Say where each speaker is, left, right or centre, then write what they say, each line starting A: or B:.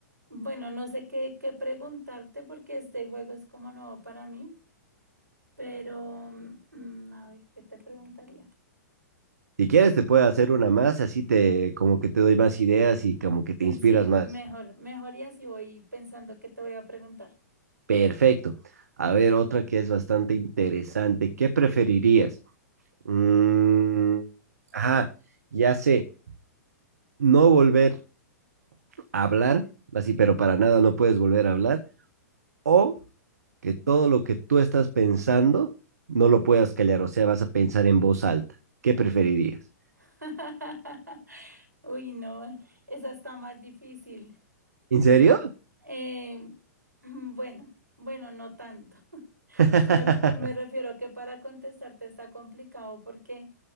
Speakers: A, on the right (about 85°); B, on the right (about 70°).
A: Bueno, no sé qué, qué preguntarte porque este juego es como nuevo para mí, pero mm, mm, a ver, ¿qué te preguntaría?
B: Si quieres, te puedo hacer una más, así te como que te doy más ideas y como que te
A: Mm,
B: inspiras
A: Sí,
B: más.
A: mejor, mejor y así voy pensando qué te voy a preguntar.
B: Perfecto. A ver, otra que es bastante interesante. ¿Qué preferirías? Mm, ajá, ya sé, no volver a hablar, así, pero para nada no puedes volver a hablar, o que todo lo que tú estás pensando no lo puedas callar, o sea, vas a pensar en voz alta. ¿Qué preferirías?
A: <laughs> Uy, no, esa está más difícil.
B: ¿En serio?
A: Eh, <clears throat> mm, bueno, bueno, no tanto, <laughs>
B: <laughs>
A: pero a lo que me refiero que para contestarte está complicado porque